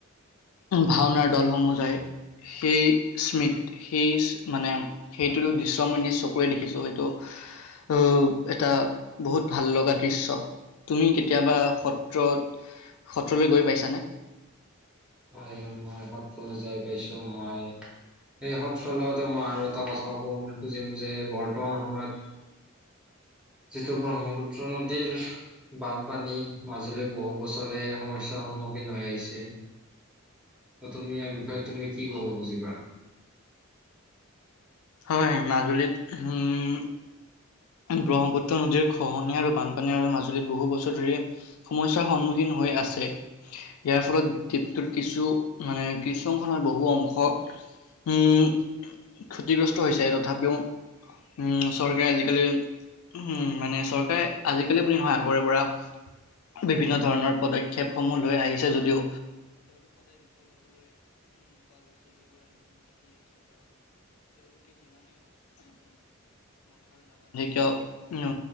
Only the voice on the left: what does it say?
ভাওনাৰ দলসমূহ যায় সেই স্মিত সেই মানে সেই প্ৰতিটো দশমূ্য চকুৰে দেখিছো। এটা বহুত ভাল লগা দৃশ্য় তুমি কেতিয়াবা সত্ৰত সত্ৰলৈ গৈ পাইছানে।
হয় মাজুলীত উম। ব্ৰহ্মপুত্ৰ নদীৰ খহনীয়া আৰু বানপানী আৰু মাজুলীত বহু বছৰ ধৰি সমস্যাৰ সন্মুখীন হৈ আছে ইয়াৰ ফলত দ্বীপটোত কিছু মানে কিছু অংশত বহু অংশ উম ক্ষতিগ্ৰস্ত হৈছে তথাপিও উ চৰকাৰে আজিকালি উম মানে চৰকাৰে আজিকালি বুলি নহয় আগৰে পৰা বিভিন্ন ধৰণৰ পদক্ষেপসমূহ লৈ আহিছে যদিও উ